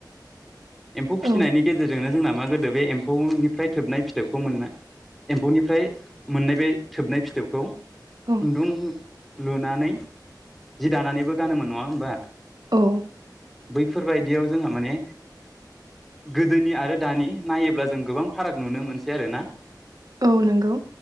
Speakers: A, in the centre; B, on the right.
A: एम्फौ फिसिनायनि
B: औ
A: गेजेरजोंनो जोंना, मा गोदो बे एम्फौनिफ्राय थोबनाय फिथोबखौ मोन एम्फौनिफ्राय मोननाय बे थोबनाय फिथोबखौ,
B: औ
A: खुन्दुं लुनानै जि दानानैबो गानोमोन नङा होमबा,
B: औ
A: बैफोर बायदियाव जोंहा माने गोदोनि आरो दानि नायोब्ला जों गोबां फाराग नुनो मोनसै आरोना?
B: औ नंगौ